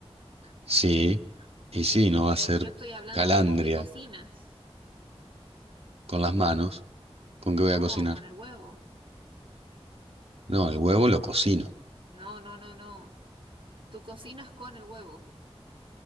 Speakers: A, on the right; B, on the right.
A: Sí, y sí, no va a ser
B: Yo estoy hablando
A: calandria.
B: de con qué cocinas.
A: con las manos, ¿con
B: No,
A: qué voy a cocinar?
B: con el huevo.
A: No, el huevo lo cocino.
B: No, no, no, no. Tú cocinas con el huevo.